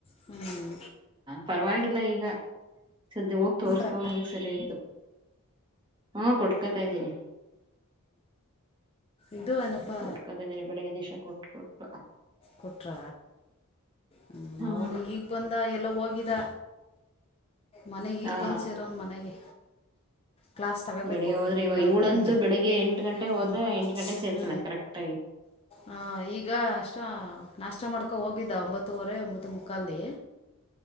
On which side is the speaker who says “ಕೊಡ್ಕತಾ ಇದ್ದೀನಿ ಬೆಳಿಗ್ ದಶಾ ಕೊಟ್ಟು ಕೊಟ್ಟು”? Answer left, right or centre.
Right